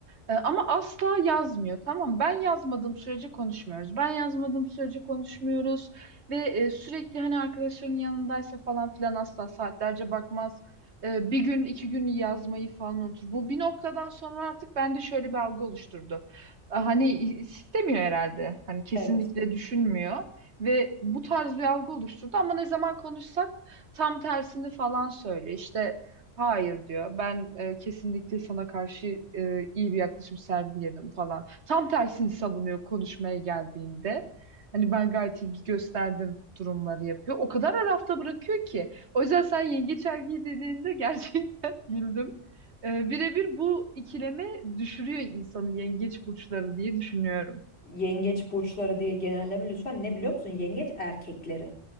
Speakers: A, on the right; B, on the left.
A: Ee, ama asla yazmıyor. Tamam, mı? ben yazmadığım sürece konuşmuyoruz. Ben yazmadığım sürece konuşmuyoruz. Ve e, sürekli hani arkadaşlarının yanındaysa falan filan asla saatlerce bakmaz. Ee, bir gün iki gün yazmayı falan unutur. Bu bir noktadan sonra artık bende şöyle bir algı oluşturdu. Ee, hani istemiyor herhalde. Hani kesinlikle
B: evet.
A: düşünmüyor ve bu tarz bir algı oluşturdu ama ne zaman konuşsak tam tersini falan söylüyor. İşte hayır diyor. Ben e, kesinlikle sana karşı e, iyi bir yaklaşım sergiledim falan. Tam tersini savunuyor konuşmaya geldiğinde. Hani ben gayet ilgi gösterdim durumları yapıyor. O kadar arafta bırakıyor ki. O yüzden sen yengeç erkeği dediğinde gerçekten <laughs> güldüm. Ee, birebir bu ikileme düşürüyor insanı yengeç burçları diye düşünüyorum.
B: Yengeç burçları diye genelleme lütfen ne biliyor musun? Yengeç erkekleri.